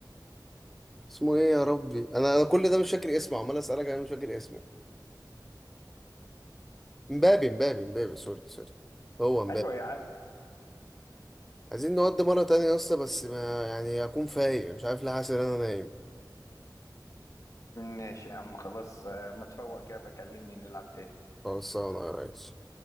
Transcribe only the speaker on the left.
ايوه يا عم
ماشي يا عم خلاص آه، ما تفوق كده بكلمني نلعب تاني